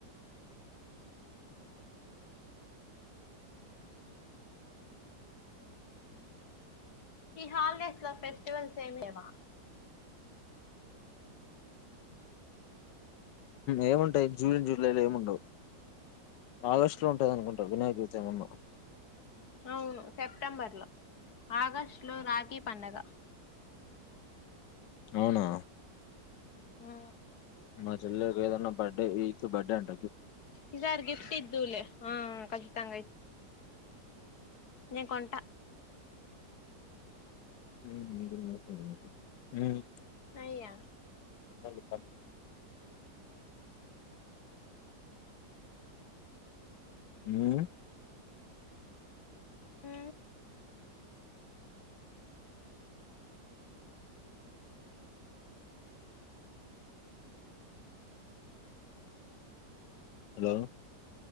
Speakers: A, on the left (about 60°); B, on the left (about 80°).
A: ఈ హాలిడేస్ లో ఫెస్టివల్స్ ఏమిలేవ
B: ఏముంటాయి జూన్ జూలైలో ఏముండవు ఆగ <unintelligible> ఉంటాది అనుకుంట వినాయక చవితి ఏమన్నా
A: అవును సెప్టెంబర్ లో ఆగస్ట్ లో రాఖీ పండగ
B: అవునా
A: ఆ
B: మా జ <unintelligible> కి ఏదన్నా బర్డే ఈ బర్డే అంటా
A: ఈ సారి గిఫ్ట్ ఇద్దవులే ఆ కచితంగ నేను కొంట
B: హూ
A: అయ్యా
B: <unintelligible> హు
A: హు
B: హలో